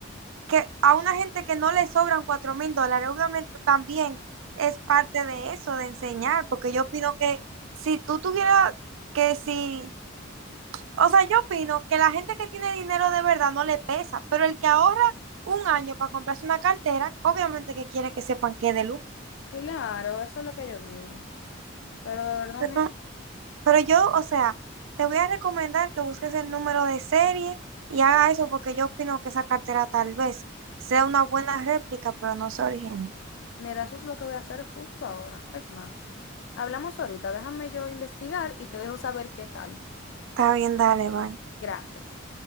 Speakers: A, on the right (about 75°); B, on the left (about 65°).
A: que a una gente que no le sobran cuatro mil dólares, obviamente también es parte de eso, de enseñar, porque yo opino que si tú tuvieras que si, o sea, yo opino que la gente que tiene dinero de verdad no le pesa, pero el que ahorra un año para comprarse una cartera, obviamente que quiere que sepan que es de lujo.
B: Claro, eso es lo que yo digo. Pero de verdad,
A: Pero,
B: me,
A: pero yo, o sea, te voy a recomendar que busques el número de serie y haga eso porque yo opino que esa cartera tal vez sea una buena réplica, pero no sea original.
B: mira, eso es lo que voy a hacer justo ahora. Es más, hablamos ahorita, déjame yo investigar y te dejo saber qué tal.
A: Está bien, dale, bye.
B: Gracias.